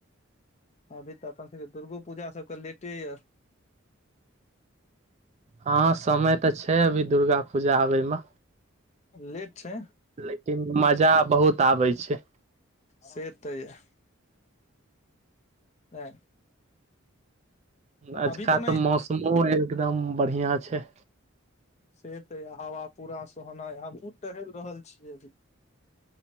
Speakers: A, on the left (about 30°); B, on the right (about 30°).
A: अभी तऽ अपन सब के दुर्गो पूजा सबके लेटे या।
B: हँ समय। तऽ छै अभी दुर्गा पूजा आबैमे
A: लेट छै।
B: लेकिन मजा बहुत आबेै छै।
A: से तऽ या नै।
B: अजका
A: अभी नहि
B: तऽ मौसमो एकदम बढ़ियां छै।
A: से तऽ या हवा पूरा सोहनाय हमहुँ टहैल रहल छीयै अभी।